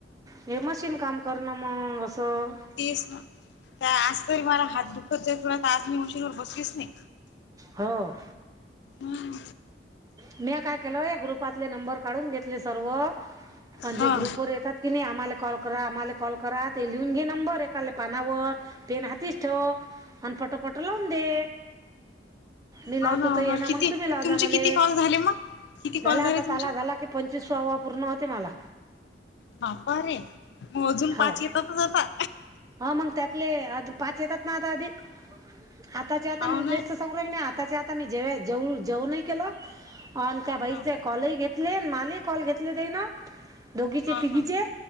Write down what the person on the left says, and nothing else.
तीस ना आज तरी मला हात दुखत जाईल थोडा तर आज मी मशीनवर बसलीच नाही.
हं.
हा.
हो हो
किती
तुमचे
किती कॉल झाले मग किती कॉल
झाले
तुमचे?
बाप्पा रे! मोजून पाच
येतातच आता
हो ना.
हा
हा
हा